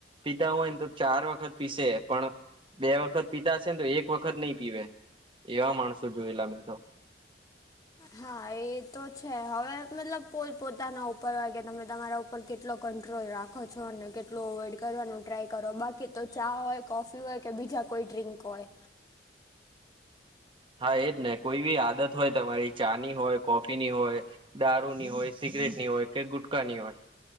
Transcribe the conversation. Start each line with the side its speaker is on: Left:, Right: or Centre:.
Right: પીતા હોય ને તો ચાર વખત પીસે પણ બે વખત પીતા છે ને તો એક વખત નહી પીવે એવા માણસો જોયેલા મેં તો.
Left: હા એ તો છે. હવે મતલબ પોત પોતાના ઉપર વાગે તમે તમારા ઉપ પણ કેટલો કંટ્રોલ રાખો છો અને કેટલું અવોઈડ કરવાનું ટ્રાય કરો, બાકી તો ચા હોય કોફી હોય કે બીજા કોઈ ડ્રીક હોય.
Right: હા એજ ને કોઈ બી આદત હોય તમારી ચા ની હોય કોફી ની હોય દારૂ ની હોય સિગરેટ ની હોય કે ગુટકા ની હોય